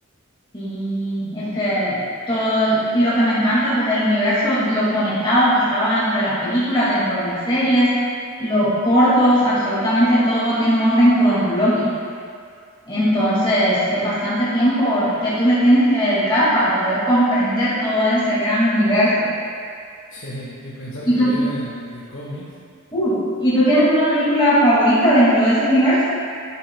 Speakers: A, on the left (about 20°); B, on the left (about 65°).
A: Sí, es que todo, y lo que me encanta, pues el universo, lo conectado que estaba dentro de las películas, dentro de las series, los cortos, absolutamente todo tiene un orden cronológico. Entonces, es bastante tiempo que tú le tienes que dedicar para poder comprender todo ese gran universo.
B: Sí, y pensar
A: Y
B: que
A: tú,
B: vienen de cómics.
A: Uy, ¿y tú tienes una película favorita dentro de ese universo?